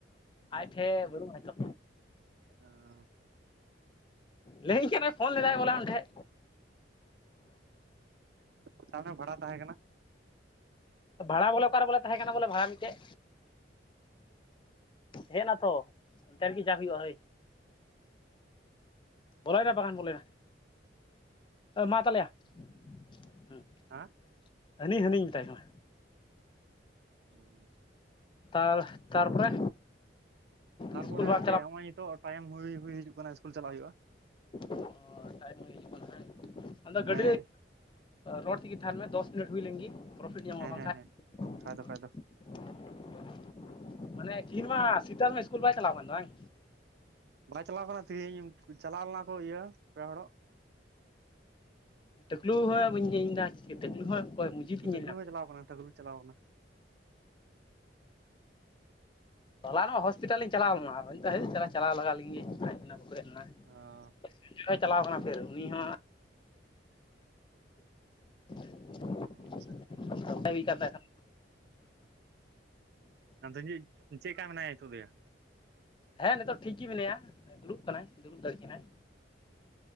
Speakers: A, on the left; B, on the right.
A: ᱟᱡ ᱴᱮ ᱵᱟᱱᱩᱜ ᱟ ᱱᱤᱛᱚ
B: ᱦᱮ
A: ᱞᱟᱹᱭᱧ ᱠᱟᱱᱟᱭ ᱯᱷᱳᱱ ᱞᱮᱫᱟᱭ ᱵᱚᱞᱮ ᱟᱢ ᱴᱷᱮᱱ
B: <inaudible> ᱵᱷᱟᱲᱟ ᱛᱟᱦᱮᱸᱠᱟᱱᱟ
A: ᱵᱷᱟᱲᱟ ᱵᱚᱞᱮ ᱚᱠᱟ ᱨᱮ ᱵᱚᱞᱮ ᱛᱟᱦᱮᱸ ᱠᱟᱱᱟ ᱵᱚᱞᱮ ᱵᱷᱟᱲᱟ ᱢᱤᱫᱴᱮᱱ ᱦᱮᱡ ᱮᱱᱟᱛᱚ ᱚᱱᱛᱮ ᱨᱮᱜᱮ ᱪᱟᱥ ᱦᱩᱭᱩᱜᱼᱟ ᱦᱳᱭ ᱵᱚᱞᱚᱭᱱᱟ ᱵᱟᱠᱷᱟᱱ ᱵᱚᱞᱮ ᱢᱟ ᱛᱟᱦᱚᱞᱮ ᱭᱟ <inaudible>
B: ᱦᱮᱸ
A: ᱦᱟᱹᱱᱤ ᱦᱟᱹᱱᱤᱧ ᱢᱮᱛᱟᱭ ᱠᱟᱱᱟ
B: ᱦᱩᱸ <unintelligible>
A: ᱟᱨ ᱛᱟᱨᱯᱚᱨᱮ
B: ᱛᱟᱨᱯᱚᱨᱮ
A: ᱤᱥᱠᱩᱞ ᱵᱟᱢ
B: ᱟᱨ
A: ᱪᱟᱞᱟᱣ
B: ᱪᱮᱫ ᱦᱚᱸᱚᱭ ᱱᱤᱛᱚᱜ ᱴᱟᱤᱢ ᱦᱩᱭ ᱦᱩᱭ ᱦᱤᱡᱩᱜ ᱠᱟᱱᱟ ᱤᱥᱠᱩᱞ ᱪᱟᱞᱟᱜ ᱦᱩᱭᱩᱼᱟ
A: ᱚ ᱴᱟᱤᱢ ᱦᱳᱭ ᱦᱤᱡᱩᱜ ᱠᱟᱱᱟ ᱦᱟᱝ ᱟᱫᱚ ᱜᱰᱰᱤᱨᱮ
B: ᱦᱮᱸ
A: ᱨᱚᱲ ᱛᱮᱜᱮ ᱛᱟᱦᱮᱱ ᱢᱮ ᱫᱚᱥ ᱢᱤᱱᱤᱴ ᱦᱩᱭ ᱞᱮᱱᱜᱮ ᱯᱨᱚᱯᱷᱤᱴ ᱧᱟᱢᱚᱜᱼᱟ
B: ᱦᱮᱸ
A: ᱵᱟᱝᱠᱷᱟᱱ
B: ᱦᱮᱸ ᱦᱮᱸ ᱠᱷᱟᱡ ᱫᱚ ᱠᱷᱟᱡ ᱫᱚ
A: <unintelligible> ᱤᱥᱠᱩᱞ ᱵᱟᱭ ᱪᱟᱞᱟᱣ ᱠᱟᱱ ᱫᱚ ᱵᱟᱝ
B: ᱵᱟᱭ ᱪᱟᱞᱟᱣ ᱠᱟᱱᱟ ᱛᱮᱦᱤᱧ ᱪᱟᱞᱟᱣ ᱞᱮᱱᱟ ᱠᱚ ᱤᱭᱟᱹ ᱯᱮ ᱦᱚᱲᱚᱜ
A: ᱛᱟᱹᱠᱞᱩ ᱦᱚᱸᱭ ᱵᱟᱹᱧ <unintelligible>
B: ᱴᱟᱹᱠᱞᱩ ᱪᱟᱞᱟᱣ ᱠᱟᱱᱟᱭ ᱴᱟᱹᱠᱞᱩ ᱪᱟᱞᱟᱣ ᱠᱟᱱᱟ
A: ᱦᱚᱞᱟᱱᱚᱜ ᱦᱚᱸᱥᱯᱤᱟᱞᱤᱧ ᱪᱟᱞᱟᱣᱱᱟ ᱛᱮᱦᱮᱧ ᱪᱟᱞᱟᱣ ᱞᱮᱜᱟ ᱞᱮᱢᱜᱮ <unintelligible>
B: ᱚ
A: <unintelligible> ᱪᱟᱞᱟᱣ ᱠᱟᱱᱟ ᱯᱷᱤᱨ ᱩᱱᱤ ᱦᱚᱸ <unintelligible>
B: ᱚᱸ ᱟᱪᱪᱷᱟ
A: <unintelligible>
B: ᱟᱫᱚ ᱱᱤᱜ ᱪᱮᱜᱠᱟ ᱢᱮᱱᱟᱭᱟ ᱱᱤᱛᱜ ᱫᱚᱭᱟ
A: ᱦᱮᱸ ᱱᱤᱛᱚᱜ ᱴᱷᱤᱠ ᱜᱮ ᱢᱤᱱᱟᱭᱟ ᱫᱩᱲᱩᱜ ᱠᱟᱱᱟᱭ ᱫᱩᱲᱩᱵ ᱫᱟᱲᱮᱭᱜ ᱠᱟᱱᱟᱭ